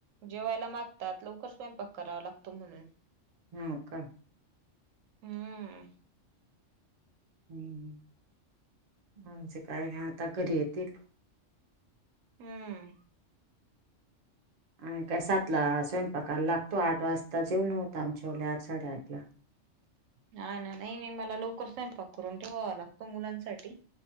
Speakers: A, on the right; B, on the right.
A: जेवायला मागतात लवकर स्वयंपाक करावा लागतो म्हणून.
B: हम का.
A: हम्म
B: हम्म, म्हणजे काय नाही आता घरी येतील.
A: हम्म.
B: आणि काय सात ला स्वयंपाकायला लागतो आठ वाजता जेऊन होत आमच्या ले आठ साडेआठ ला.
A: ह ना नाही, नाही मला लवकर स्वयंपाक करून ठेवावा लागतो मुलांसाठी.